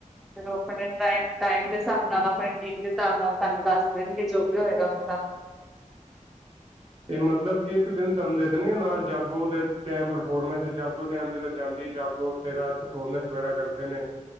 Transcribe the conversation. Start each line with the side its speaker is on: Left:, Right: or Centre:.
Centre: ਫਿਰ ਉਹ ਆਪਣੇ ਟਾਈਮ ਟਾਈਮ ਦੇ ਹਿਸਾਬ ਨਾਲ ਆਪਣੀ ਟੀਮ ਦੇ ਹਿਸਾਬ ਨਾਲ ਤੁਹਾਨੂੰ ਦੱਸ ਦੇਣਗੇ ਜੋ ਵੀ ਹੋਏਗਾ ਉਹਨਾਂ ਦਾ
Right: ਤੇ ਮਤਲਬ ਕਿ ਇੱਕ ਦਿਨ ਸਾਨੂੰ ਦੇ ਦੇਣਗੇ ਨਾਲ ਜਾਗੋ ਦੇ ਟਾਈਮ ਪਰਫੋਰਮੈਂਸ ਜਾਗੋ ਟਾਈਮ ਜਲੇ ਜਾਂਦੀ ਜਾਗੋ ਫਿਰ ਰਾਹ ਚ ਪਰਫੋਰਨੈਂਸ ਵਗੈਰਾ ਕਰਦੇ ਨੇ।